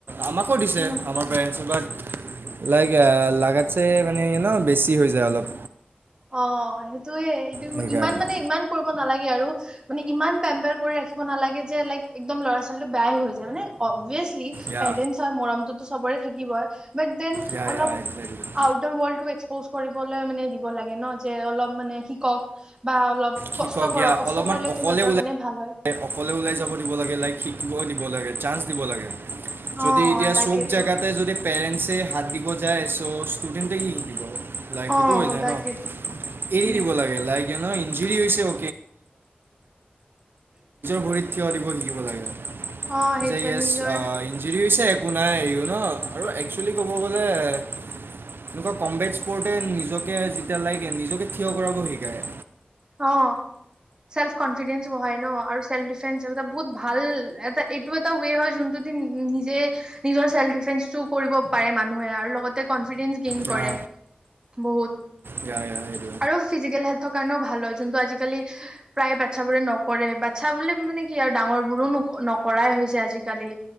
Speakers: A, on the right (about 85°); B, on the right (about 25°).
A: আমাকো দিছে
B: উম।
A: আমাৰ পেৰেণ্টছ বা লাইক আহ লাগাতছে মানে ন বেছি হৈ যায় অলপ
B: অ সেইটো তয়ে এই
A: সেইকাৰণে
B: ইমান মানে ইমান কৰিব নালাগে, ই আৰু আপুনি ইমান পেমপেৰ কৰি ৰাখিব নালাগে যে একদম লৰা ছোৱালীটো বেয়া এ হয় যায় মানে অবেছলি,
A: য়া
B: পেৰেনছ অৰ মৰমটো তো চবৰে থাকিবই, বাট দেন
A: য়া
B: অলপ
A: য়া একজেক্টলি
B: আউটাৰ ৱৰ্ল্ড এক্সপ'জ কৰিবলৈ মানে লাগে ন যে অলপ মানে শিকক বা অলপ
A: শিকক
B: কষ্ট কৰক
A: দিয়া
B: কষ্ট
A: অলপমান
B: কৰিলেতো
A: অকলে
B: সিহঁতৰ
A: ওলাই
B: কাৰণে ভাল হয়।
A: <unintelligible> অকলে ওলাই যাব দিব লাগে লাইক শ দিব দিব লাগে চান্স দিব লাগে।
B: অ'
A: যদি এতিয়া
B: তাকেইতো।
A: চব জেগাতে যদি পেৰেন্টছে হাত দিব যায় চ' ষ্টুডেণ্টে কি লাইক
B: অ
A: সেইটো হৈ যায়
B: তাকেইতো
A: ন এৰি
B: উম
A: দিব লাগে লাইক ন ইঞ্জিন <unintelligible> নিজৰ ভৰিত থিয় দিব শিকিব লাগে
B: অ সেইটোৱে
A: যে ইয়েছ
B: নিজৰ
A: ইঞ্জৰি হৈছে নাই ও ন আৰু একচুৱেলি ক'ব গ'লে এনেকুৱা কম্বেক্ স্পৰ্টে নিজকে যেতিয়া লাইক নিজকে থিয় কৰাব শিকায়।
B: অঁ চেল্ফ কনফিডেন্ঞ্চ বঢ়াই ন আৰু চেল্ফ ডিফেণ্ডছ এইবিলাক বহুত ভাল এটা এইটো এটা ৱে হয় যোনটো দ নিজে নিজৰ চেল্ফ ডিফেন্সটো কৰিব পাৰে মানুহে আৰু লগতে কনফিডেন্ঞ্চ গেইন
A: ইয়া
B: কৰে বহুত
A: ইয়া ইয়া সেইটো
B: আৰু ফিজিকেল হেল্থৰ কাৰণেও ভাল। ভাল হয় যোনটো আজিকালি প্ৰায় বাচ্ছাবোৰে নকৰে বাচ্ছা বুলি মানে কি আৰু ডাঙৰ বোৰো নকৰাই হৈছে আজিকালি।